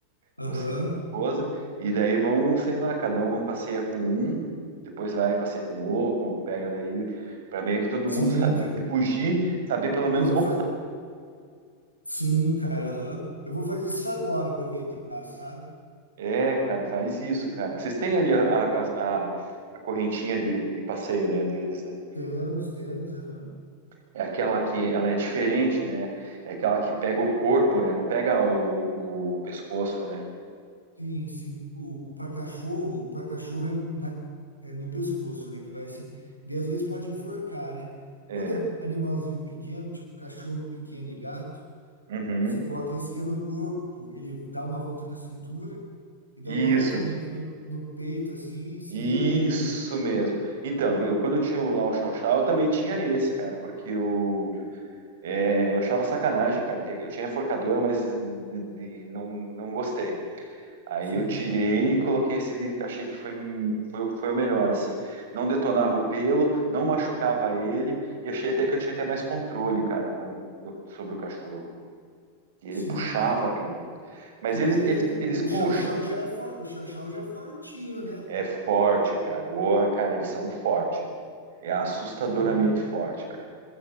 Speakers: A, on the left; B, on the right.
A: Aham.
B: você e esposa, e daí vão, sei lá, cada um passeia com um, depois vai e passeia com o outro, pega daí, para meio que todo
A: Sim,
B: mundo sabe
A: cara.
B: se fugir, saber pelo menos.
A: Eu vou
B: vol-
A: fazer. Sim, cara, aham. Eu vou fazer isso agora, aproveitar, sabe?
B: É, cara, faz isso, cara. Vocês têm ali a, a, a, a correntinha de, de passeio, né, deles, né?
A: Temos, temos, aham.
B: É aquela que ela é diferente, né? É aquela que pega o corpo, né? Não pega o, o pescoço, né?
A: Sim, sim. O, para cachorro, para cachorro é, na, é no pescoço, né? Que vai assim. E às vezes pode enforcar, né?
B: É.
A: Quando é animalzinho pequeno, tipo cachorro pequeno e gato,
B: Uhum.
A: você bota esse que é no corpo, ele dá uma volta na cintura e dá
B: Isso.
A: uma volta meio que no, no peito, assim, e segura
B: Isso
A: bem o bicho.
B: mesmo. Então, eu quando eu tinha o- lá o Chau Chau, eu também tinha esse, cara, porque eu, é, eu achava sacanagem, cara. Eu tinha a forcadora, mas de- de- não, não gostei. Aí
A: Sim,
B: eu tirei e coloquei esse de, achei que foi, foi, o- foi o melhor, assim. Não detonava o pelo, não machucava ele, e achei até que eu tinha até mais controle, cara, com, do- sobre o cachorro. Que ele
A: sim,
B: puxava,
A: cara.
B: cara. Mas
A: Que daí
B: eles, eles,
A: ele,
B: eles
A: o
B: puxam,
A: chau-chau já é, for, o chau-chau já é fortinho, né?
B: É forte, cara. Porra, cara, eles são fortes, meu. É assustadoramente
A: Sim.
B: forte, cara.